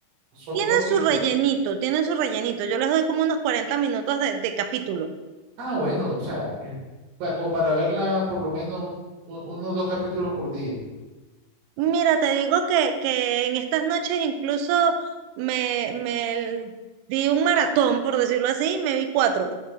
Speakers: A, on the right; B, on the right.
A: son
B: Tienen
A: cortitos.
B: su rellenito, tienen su rellenito. Yo les doy como unos 40 minutos de, de capítulo.
A: Ah, bueno, o sea, eh, pa- como para verla por lo menos u- uno o dos capítulos por día.
B: Mira, te digo que, que en estas noches incluso me, me l- di un maratón, por decirlo así, y me vi cuatro.